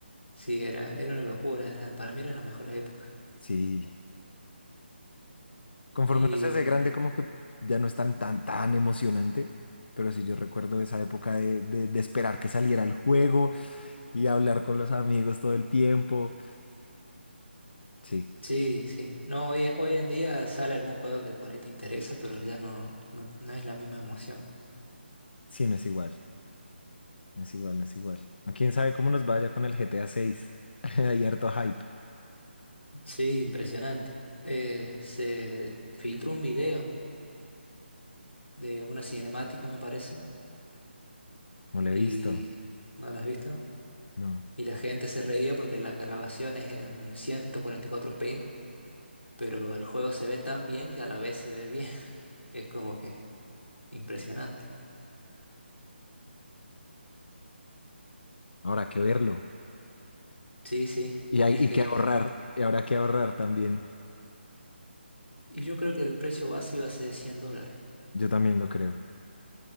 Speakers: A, on the left; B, on the left.
A: sí, era, era una locura, eran, para mí eran las mejores épocas.
B: Sí, Conforme
A: Y
B: uno se hace grande, como que ya no es tan, tan, tan emocionante. Pero sí, yo recuerdo esa época de, de, de esperar que saliera el juego y hablar con los amigos todo el tiempo. Sí,
A: sí, sí. No, hoy, hoy en día sale algún juego que por ahí te interesa, pero ya no, no, no es la misma emoción.
B: sí, no es igual. No es igual, no es igual. ¿Quién sabe cómo nos vaya con el GTA 6? <laughs> Hay harto hype.
A: Sí, impresionante. Eh, se filtró un video de una cinemática, me parece,
B: No lo
A: y
B: he visto.
A: no la has visto.
B: No.
A: Y la gente se reía porque la grabación es en 144p, pero el juego se ve tan bien que a la vez se ve bien. <laughs> Es como que impresionante.
B: Habrá que verlo.
A: Sí, sí,
B: Y
A: tendrías
B: hay y
A: que...
B: que ahorrar. Y habrá que ahorrar también.
A: Y yo creo que el precio base iba a ser 100 dólares,
B: Yo también lo creo.